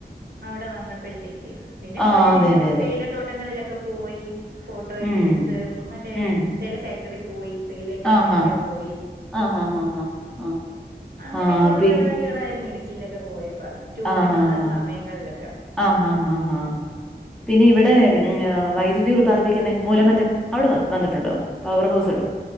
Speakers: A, on the right (about 65°); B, in the centre.
A: അവിടെ വന്നപ്പോഴത്തേക്ക് പിന്നെ
B: ആ
A: കൊറെ
B: അതെ അതെ അതെ
A: തേയില തോട്ട തട്ടങ്ങളിലൊക്കെ പോയി ഫോട്ടോ ഒക്കെ
B: ഉം
A: എടുത്ത് മറ്റേ
B: ഉം
A: തെയ്‌ല ഫാക്ടറി പോയി. തേയിലേക്കെ
B: ആ
A: വാങ്ങിക്കാൻ
B: ഹാ
A: പോയി.
B: ആ ഹാ ഹാ ഹാ ആ
A: അങ്ങനെയൊക്കെയ
B: ആഹ്
A: ഉള്ള
B: പിൻ
A: പരിപാടികളായിരുന്നു ഇടുക്കിയിലൊക്കെ പോയപ്പ ടൂറിന്
B: ആഹ്
A: വന്ന
B: ആഹ്
A: സമയങ്ങളിലൊക്കെ
B: ആഹ് ആഹ് ആഹ്. പിന്നെ ഇവിടെ വൈദ്യുതി ഉത്പാദിപ്പിക്കുന്ന മൂലമറ്റം അവിടെ വന്നിട്ടുണ്ടോ. പവർ ഹൗസ് ഉത്